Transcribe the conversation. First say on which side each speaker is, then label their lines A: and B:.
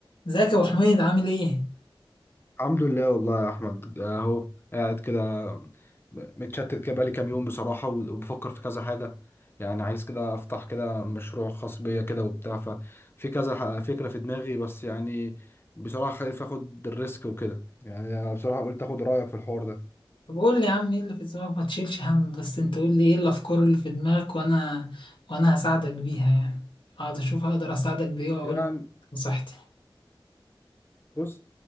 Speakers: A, on the left; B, on the left.
A: ازيك يا ابو حميد عامل ايه
B: الحمد لله والله يا احمد اهو قاعد كده متشتت كده بقالي كام يوم بصراحه وبفكر في كذا حاجه يعني عايز كده افتح كده مشروع خاص بيا كده وبتاع ففي كذا ح- فكره في دماغي بس يعني بصراحه خايف اخد الريسك وكده يعني انا بصراحه قلت اخد رايك في الحوار ده
A: طب قول لي يا عم ايه اللي في دماغك ما تشيلش هم بس انت قول لي ايه الافكار اللي في دماغك وانا وانا هساعدك بيها يعني اقعد اشوف هقدر اساعدك بايه واقول
B: يعني
A: لك نصيحتي
B: بص